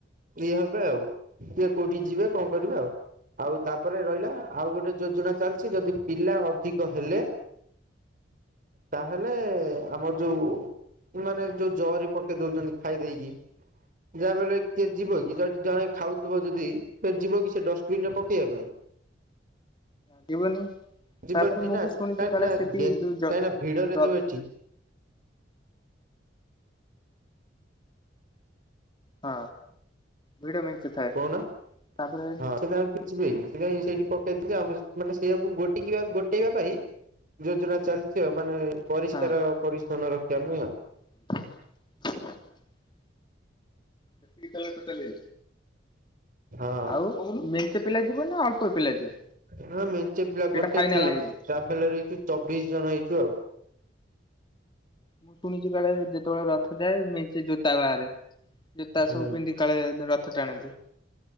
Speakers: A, on the right (about 45°); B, on the left (about 25°).
A: ଇଏ ହେବେ ଆଉ। କିଏ କୋଉଠି ଯିବେ କଣ କରିବେ ଆଉ। ଆଉ ତାପରେ ରହିଲା ଆଉ ଗୋଟେ ଯୋଜନା ଚାଲିଛି ଯଦି ପିଲା ଅଧିକ ହେଲେ ତାହେଲେ ଆମର ଯୋଉ ମାନେ ଯୋଉ ଜରି ପକେଇ ଦଉଛନ୍ତି ଖାଇ ଦେଇକି ଯାହା ବଲେ କିଏ ଯିବ କି ଯଦି ଜଣେ ଖାଉଥିବ ଯଦି ସେ ଯିବ କି ସେ ଡଷ୍ଟବିନ ରେ ପକେଇବା ପାଇଁ।
B: ଯିବନି
A: ଯିବନି
B: ତାପରେ ମୁଁ
A: ନା
B: ବି ଶୁଣିଛି
A: କାହିଁକି
B: କାଳେ
A: ନା
B: ସେଠି ଯୋଉ ଜ
A: କାହିଁକି ନା ଭିଡରେ
B: ଜ
A: ଯୋଉ ଏଠି
B: ହଁ ଭିଡ଼ ମେଞ୍ଚେ ଥାଏ
A: କହୁନା
B: ତାପରେ
A: ହଁ ସେଟା ଆଉ କିଛି <unintelligible> ସେଇଠି ପକେଇଦଛି ଆଉ ମାନେ ସେଇଆକୁ ଗୋଟ ଗୋଟେଇବା ପାଇଁ। ଯୋଜନା ଚାଲିଛି ଆଉ ମାନେ ପରିଷ୍କାର
B: ହଁ
A: ପରିଚ୍ଛନ୍ନ ରଖିବା ପାଇଁ ଆଉ।
B: <inaudible> କେତିକୀ ଜଣ ଟୋଟାଲ।
A: ହଁ
B: ଆଉ ମେଞ୍ଚେ ପିଲା ଯିବ ନା ଅଳ୍ପ ପିଲା ଯିବ?
A: ହ ମେଞ୍ଚେ ପିଲା
B: ସେଇଟା
A: ଗୋଟେ
B: ଫାଇନାଲ
A: ଟ୍ରା
B: ହେଇନି
A: ଟ୍ରାଭେଲର ହେଇ ଚବିଶ ଜଣ ହେଇଛୁ ଆଉ।
B: ମୁଁ ଶୁଣିଛି କାଳେ ଯେତେବେଳେ ରଥ ଯାଏ ମେଞ୍ଚେ ଜୋତା ବାହାରେ ଜୋତା
A: ହଁ
B: ସବୁ ପିନ୍ଧିକି ସକାଳେ ରଥ ଟାଣନ୍ତି।